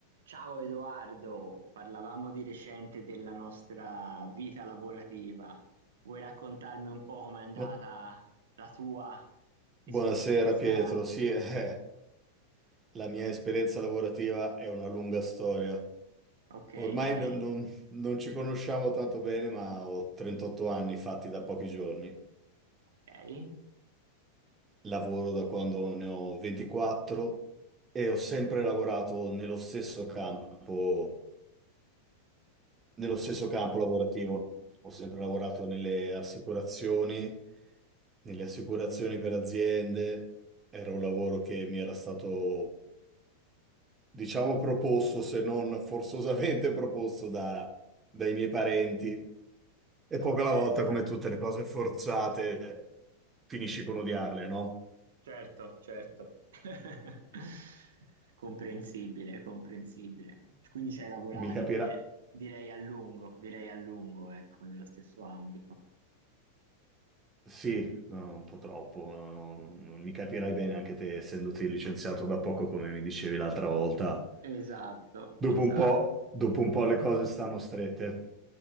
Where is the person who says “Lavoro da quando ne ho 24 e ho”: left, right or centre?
Right